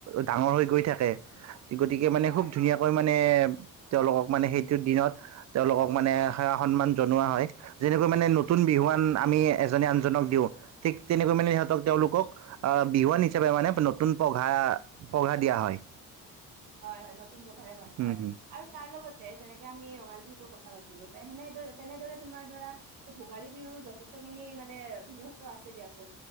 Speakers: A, on the right; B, on the right.
A: ডাঙৰ হৈ গৈ থাকে গতিকে মানে
B: হয়
A: খুব ধুনীয়াকৈ মানে তেওঁলোকক মানে সেইটো দিনত, তেওঁলোকক মানে সেৱা সন্মান জনোৱা হয়, যেনেকৈ মানে নতুন বিহুৱান
B: হয়
A: আমি এজ আনজনক দিওঁ ঠিক তেনেকৈ মানে সিহতক তেওঁলোকক আহ বিহুৱান হিচাপে মানে নতুন পঘা পঘা দিয়া হয়।
B: হয়, হয় নতুন পঘাৰে বন্ধা
A: উম,
B: হয়
A: হম,
B: আৰু তাৰ লগতে যেনেকে আমি মঙালহুতো কথা পাতিলো তাই সেনেদৰে তেনেদৰে তোমাৰ ধাৰৰা এই ভোগালী বিহুৰো যথেষ্ট খিনি মানে বৃহত্ব আছে দিয়াচোন